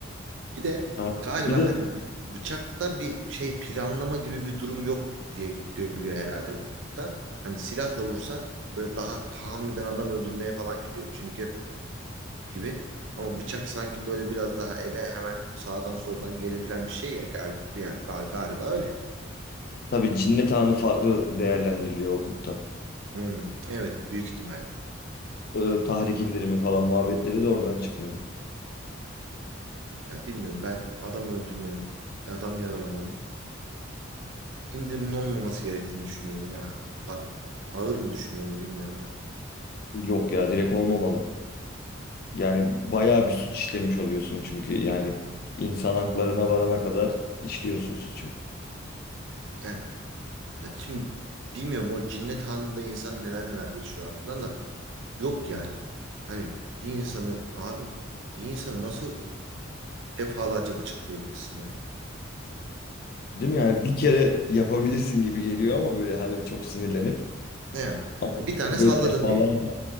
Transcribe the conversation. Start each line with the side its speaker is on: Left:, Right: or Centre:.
Right: Bir de
Left: Ha.
Right: galiba
Left: Bir de
Right: hani bı- bıçakta bir şey planlama gibi bir durum yok diye görülüyor herhalde hukukta. Hani silahla vursa böyle daha tahammüden adam öldürmeye falan gidiyor çünkü gibi. Ama bıçak sanki böyle biraz daha ele hemen sağdan soldan gelebilen bir şey ya gal- ya- galiba öyle.
Left: tabii cinnet anı farklı değerlendiriliyor hukukta.
Right: Hmm, evet büyük ihtimalle.
Left: Ee, tahrik indirimi falan muhabbetleri de oradan çıkıyor.
Right: Ya bilmiyorum ben adam öldürmenin, adam yaralamanın indirimin olmaması gerektiğini düşünüyorum ya. Fa- Ağır mı düşünüyorum bilmiyorum da.
Left: Yok ya direkt olmamalı. Yani bayağı bir suç işlemiş oluyorsun çünkü yani insan haklarına varana kadar işliyorsun suçu.
Right: Yani ya şimdi bilmiyorum o cinnet anında insan neler neler geçiyor aklından da yok yani. Hani bir insanı abi bir insanı nasıl defalarca bıçaklayabilirsin ya?
Left: Değil mi? Yani bir kere yapabilirsin gibi geliyor ama böyle harbi çok sinirlenip.
Right: Ne yani?
Left: Ama
Right: Hani bir tane
Left: böyle
Right: salladın
Left: defalarca,
Right: diye.